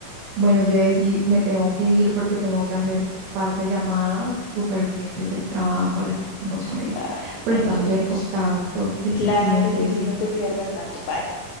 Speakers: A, on the right; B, on the left.
A: Bueno, yo sí me tengo que ir porque tengo que hacer par de llamadas súper urgentes del trabajo, lastimosamente.
B: Claro,
A: Pero
B: no
A: estamos
B: te preocupes.
A: en contacto. Que estés
B: Claro
A: bien, Jessy.
B: que sí, no te pierdas tanto. Bye.